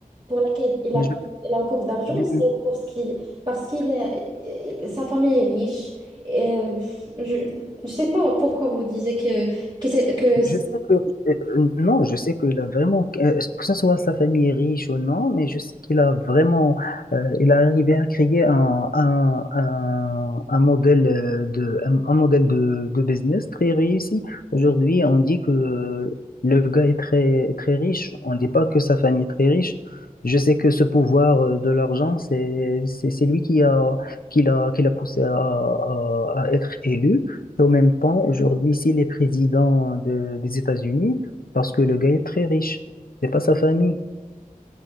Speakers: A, on the right (about 35°); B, on the left (about 85°).
A: pour laquelle il
B: Mais
A: a, il a encore d'argent,
B: je-
A: c'est pour ce qui, parce qu'il est, sa famille est riche. Et, je ne sais pas pourquoi vous disiez que, que, c'est- que c'est-
B: Je sais que, euh, non, je sais qu'il a vraiment, euh, que ce soit sa famille est riche ou non, mais je sais qu'il a vraiment, euh, il a arrivé à créer un, un, un, un modèle euh, de, un, un modèle de, de business très réussi. Aujourd'hui, on dit que le gars est très, très riche. On ne dit pas que sa famille est très riche. Je sais que ce pouvoir euh, de l'argent, c'est, c'est, c'est lui qui a, qui l'a, qui l'a poussé à, à à être élu. Et en même temps, aujourd'hui, s'il est président de- des États-Unis, parce que le gars est très riche, c'est pas sa famille.